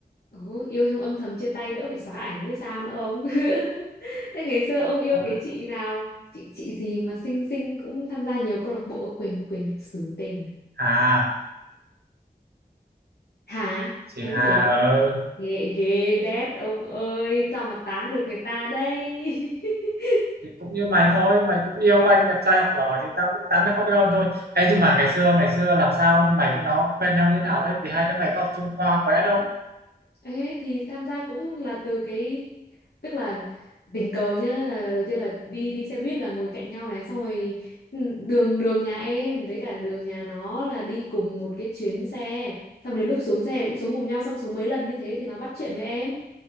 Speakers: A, on the left; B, on the right.
A: Ồ, yêu trong âm thầm chia tay đỡ phải xóa ảnh như sao nữa ông. <laughs> Thế ngày xưa ông yêu
B: Ôi,
A: cái chị nào? Chị chị gì mà xinh xinh cũng tham gia nhiều câu lạc bộ quên quên xứ tên rồi.
B: Hà
A: Hả?
B: chị
A: Đúng
B: Hà
A: rồi.
B: ừ
A: Ghê ghê đét ông ơi, sao mà tán được người ta đây? <laughs>
B: thì cũng như mày thôi mày cũng yêu anh đẹp trai học giỏi thì tao cũng tán được hot girl thôi Ê nhưng mà ngày xưa ngày xưa làm sao mày với nó quen nhau như thế nào đấy vì hai đứa mày có học chung khoa quá đâu
A: Ê, thì tham gia cũng là từ cái tức là tình cờ nhá là, là đầu tiên là đi đi xe buýt là ngồi cạnh nhau này xong rồi ừ, đường đường nhà em với cả đường nhà nó là đi cùng một cái chuyến xe xong đến lúc xuống xe thì cũng xuống cùng nhau xong xuống mấy lần như thế thì nó bắt chuyện với em